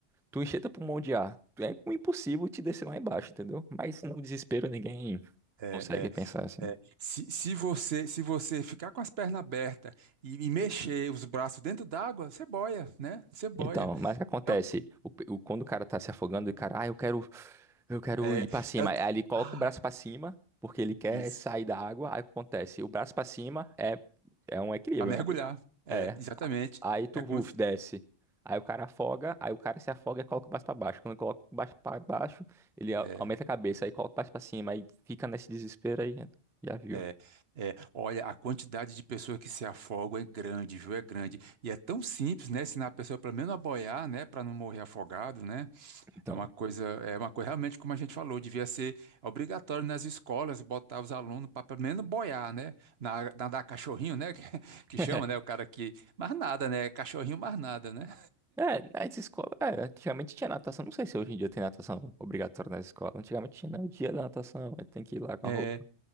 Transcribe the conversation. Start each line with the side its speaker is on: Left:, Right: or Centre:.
Centre: Tu encher teu pulmão de ar. É impossível te descer lá embaixo, entendeu? Mas no desespero ninguém
Right: é,
Centre: consegue pensar assim.
Right: é, é. Se, se você se você ficar com as pernas abertas e, e mexer os braços dentro d'água, você boia, né? Você boia.
Centre: Então, mas o que acontece?
Right: É, o-
Centre: O pe- o- quando o cara tá se afogando, e o cara, ah, eu quero, eu quero
Right: é,
Centre: ir pra cima.
Right: é o-
Centre: Aí ele coloca
Right: ah,
Centre: o braço pra cima, porque ele quer
Right: isso.
Centre: sair da água. Aí o que acontece? O braço pra cima é, é um equilíbrio,
Right: Para mergulhar.
Centre: né?
Right: É,
Centre: É.
Right: exatamente.
Centre: A- Aí tu,
Right: É, como-
Centre: uf, desce. Aí o cara afoga, aí o cara se afoga e coloca o braço pra baixo. Quando coloca o braço pra baixo, ele a-
Right: é,
Centre: aumenta a cabeça, aí coloca o braço pra cima, aí fica nesse desespero aí. Já viu?
Right: é, é. Olha, a quantidade de pessoas que se afogam é grande, viu? É grande. E é tão simples, né? Ensinar a pessoa pelo menos a boiar, né? Para não morrer afogado, né?
Centre: Então.
Right: É uma coisa, é uma coisa realmente como a gente falou, devia ser obrigatório nas escolas botar os alunos para pelo menos boiar, né? Na, nadar cachorrinho, né? <laughs> Que,
Centre: <laughs>
Right: que chama, né? O cara que mais nada, né? Cachorrinho mais nada, né?
Centre: É, nas escolas, é, antigamente tinha natação. Não sei se hoje em dia tem natação obrigatória na escola. Antigamente tinha, não, o dia da natação, aí tem que ir lá com
Right: É,
Centre: a roupa.